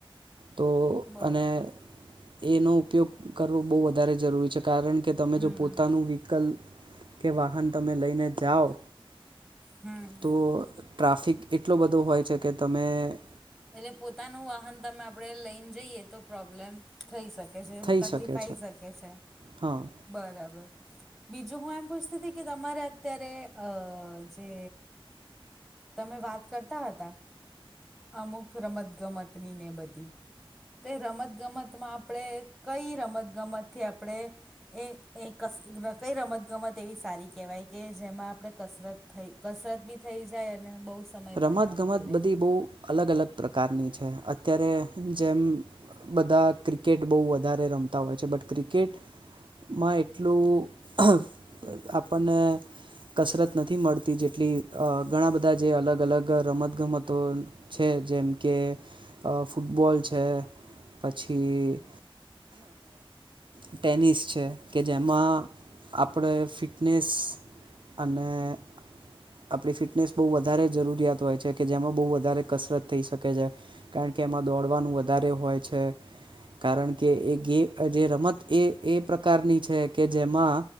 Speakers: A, on the right; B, in the centre.
A: તો
B: બરાબર
A: અને એનો ઉપયોગ કરવો બહુ વધારે જરૂરી છે કારણ કે કે તમે
B: હમ
A: જો પોતાનું વ્હીકલ કે વાહન તમે લઈને જાઓ
B: હમ્મ.
A: તો ટ્રાફિક એટલો બધો હોય છે કે તમે તો
B: એટલે પોતાનું વાહન તમે આપણે લઈને જઈએ. તો પ્રોબ્લેમ થઈ શકે છે
A: થઈ
B: તકલીફ
A: શકે
B: આઈ શકે છે.
A: હા.
B: બરાબર બીજું હું એમ પૂછતી હતી કે તમારે અત્યારે અ જે તમે વાત કરતા હતા. અમુક રમતગમતની ને એ બધી તે રમતગમતમાં આપણે કઈ રમતગમતથી આપણે એ એ કસ કઈ રમતગમત એવી સારી કહેવાય કે જેમાં આપણે કસરત થઈ કસરત બી થઈ જાય અને બહુ સમય
A: રમત
B: પણ ના
A: ગમત
B: બગડે
A: બધી બહુ અલગ અલગ પ્રકારની છે અત્યારે જેમ બધા ક્રિકેટ બહુ વધારે રમતા હોય છે બટ ક્રિકેટ માં એટલું <inaudible> આપણને કસરત નથી મળતી જેટલી ઘણા બધા જે અલગ અલગ અલગ રમતગમતો છે જેમ કે ફૂટબોલ છે પછી ટેનિસ છે કે જેમાં આપણે ફિટનેસ અને આપણી ફિટનેસ બહુ વધારે જરૂરિયાત હોય છે કે જેમાં બહુ વધારે કસરત થઈ શકે છે કારણ કે એમાં દોડવાનું વધારે હોય છે. કારણ કે એ ગે જે રમત એ એ પ્રકારની છે કે જેમાં